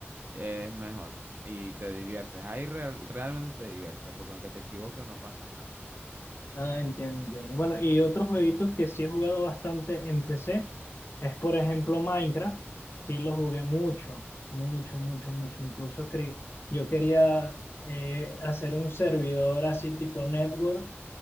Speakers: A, on the right (about 45°); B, on the left (about 60°).
A: es mejor y te diviertes. Ahí real- realmente te diviertes, porque aunque te equivoques no pasa nada.
B: Ah, entiendo, entiendo. Bueno, y otro jueguito que sí he jugado bastante en PC es, por ejemplo, Minecraft. Sí lo jugué mucho, mucho, mucho, mucho. Incluso cre- yo quería eh, hacer un servidor así tipo network.